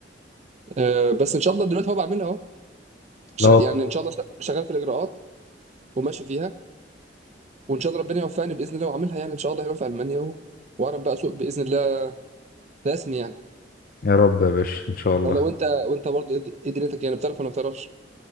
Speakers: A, on the right; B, on the left.
A: آه بس ان شاء الله دلوقتي هو بعملها اهو ش-
B: لا
A: يعني
B: والله.
A: ان شاء الله ش- شغال في الاجراءات وماشي فيها وان شاء الله ربنا يوفقني باذن الله واعملها يعني ان شاء الله هنا في المانيا و... واعرف بقى اسوق باذن الله رسمي يعني
B: يا رب يا باشا ان شاء الله
A: والله وانت وانت برضه ايه إيه دنيتك يعني بتعرف ولا ما بتعرفش؟